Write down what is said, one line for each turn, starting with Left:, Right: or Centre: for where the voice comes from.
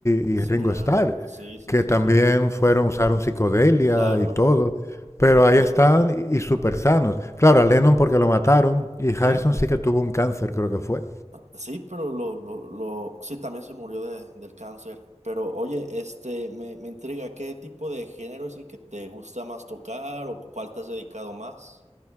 Left: y, y Ringo
Right: claro,
Left: Starr,
Right: sí, sí,
Left: que
Right: sí,
Left: también
Right: sí,
Left: fueron, usaron psicodelia
Right: claro.
Left: y todo, pero
Right: De todo.
Left: ahí están y, y súper sanos. Claro, a Lennon porque lo mataron y Harrison
Right: Sí.
Left: sí que tuvo un cáncer, creo que fue.
Right: Ah, Sí, pero lo, lo, lo, sí, también se murió de, del cáncer. Pero oye, este, me, me intriga, ¿qué tipo de género es el que te gusta más tocar o cu- cuál te has dedicado más?